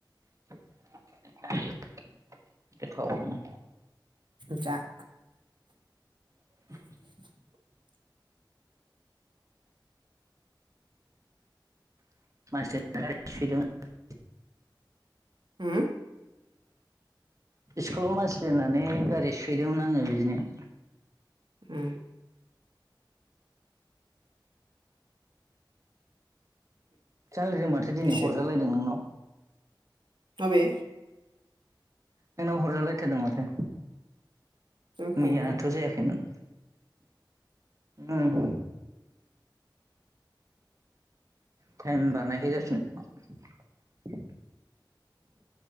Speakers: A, on the right; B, on the right.
A: <unintelligible> गोथावनो
B: जा
A: <unintelligible>
B: <unintelligible>
A: <unintelligible>
B: होम
A: सस्कुलाव मानसि दोननानै गारि सोहैदोंमोन आङो बिदिनो।
B: ओम।
A: सालथैजों माथो
B: बिदिसो
A: दिनै हरजालायदों नोंनाव।
B: माबे?
A: नोंनाव हरजालायथारदों माथो।
B: जाखायोना
A: मैयाथ' जायाखैमोन। ओ। थायेम बारनायखाय जाफिनबाय खोमा।